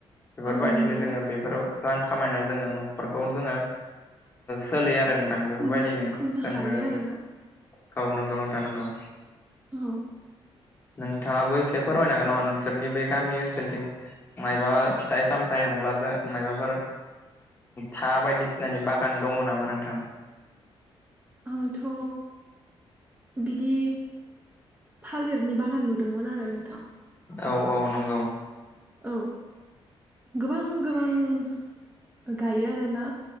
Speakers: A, on the left; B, on the right.
A: बेफोरबायदिनो
B: औ नंगौ
A: जोङो बेफोर रां खामायना जोङो नखरखौ जोङो सोलियो आरो नोंथां बेफोरबायदिनो
B: खुंनो खुंनो
A: जोंनो
B: हायो आरोना
A: गावनो गावनो थानांगौ।
B: औ।
A: नोंथाङाबो एसे फोरमायनो हागोन नामा नोंसोरनि बे गामि ओनसोलथिं मायबा फिथाइ-सामथाइ नङाब्ला जो मायबाफोर था बायदिसिनानि बागान दङ नामा नोंथां।
B: आंथ' बिदि थालिरनि बागान नुदोंमोन आरो नोंथां।
A: औ औ नंगौ।
B: औ गोबां गोबां गायो आरोना।